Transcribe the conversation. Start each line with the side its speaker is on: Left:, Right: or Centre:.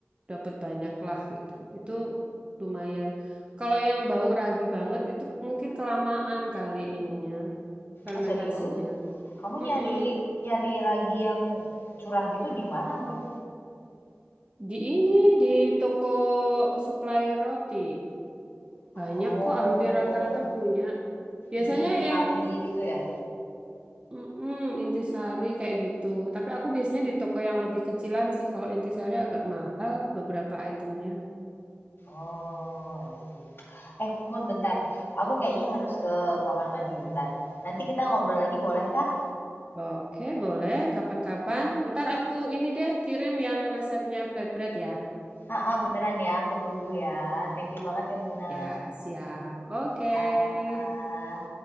Right: dapat banyak lah gitu. Itu lumayan. Kalau yang bau ragi banget itu mungkin kelamaan kali ininya fermentasinya.
Left: Ah, serius? Kamu
Right: Mm-mm.
Left: nyari nyari ragi yang curah gitu di mana, Mun?
Right: Di ini di toko supplier roti banyak
Left: Oh,
Right: kok hampir rata-rata punya. Biasanya
Left: di Intisari
Right: yang
Left: gitu ya?
Right: Mm-mm, intisari kayak gitu. Tapi aku biasanya di toko yang lebih kecilan sih. Kalau intisari agak mahal beberapa itemnya.
Left: Oh, I see. Eh, Mun bentar. Aku kayaknya harus ke kamar mandi bentar. Nanti kita ngobrol lagi bolehkah?
Right: Oke, boleh. Kapan-kapan. Ntar aku ini deh kirim yang resepnya flatbread ya.
Left: Heeh, beneran ya, aku tunggu ya. Thank you banget ya Muna.
Right: Ya, siap. Oke.
Left: Dah.